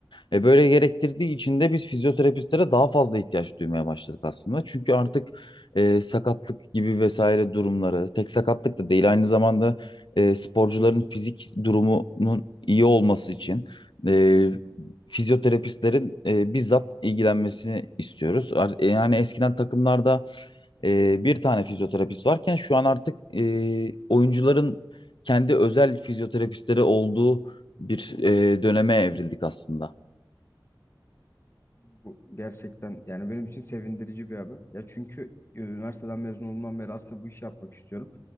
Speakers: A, on the left (about 80°); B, on the left (about 30°).
A: E böyle gerektirdiği için de biz fizyoterapistlere daha fazla ihtiyaç duymaya başladık aslında. Çünkü artık e, sakatlık gibi vesaire durumları, tek sakatlık da değil aynı zamanda e, sporcuların fizik durumunun iyi olması için e, fizyoterapistlerin e, bizzat ilgilenmesini istiyoruz. Ar- e, Yani eskiden takımlarda e, bir tane fizyoterapist varken şu an artık e, oyuncuların kendi özel fizyoterapistleri olduğu bir e, döneme evrildik aslında.
B: Bu gerçekten yani benim için sevindirici bir haber. Ya çünkü e, üniversiteden mezun olduğumdan beri aslında bu işi yapmak istiyorum.